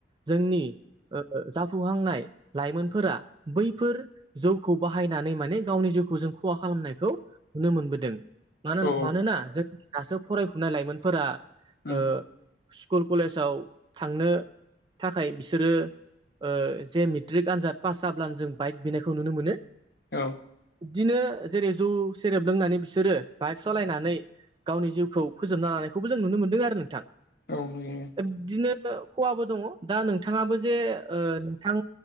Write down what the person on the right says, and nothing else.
जोंनि ओ जाफुहांनाय लाइमोनफोरा बैफोर जौखौ बाहायनानै मानि गावनि जौखौ जों खहा खालामनायखौ नुनो मोनबोदों मा
मानोना जोंनि दासो फरायफुनाय लाइमोनफोरा
ओ स्कुल कलेजाव थांनो थाखाय बिसोरो ओ जे मेट्रिक आनजाद पास जाब्लानो जों बाइक बिनायखौ नुनो मोनो
इदिनो जेरै जौ सेरेब लोंनानै बिसोरो बाइक सालायनानै गावनि जिउखौ फोजोबना लानायखौबो जों नुनो मोनदों आरो नोंथां
इदिनो खहाबो दङ दा नोंथांआबो जे ओ नोंथां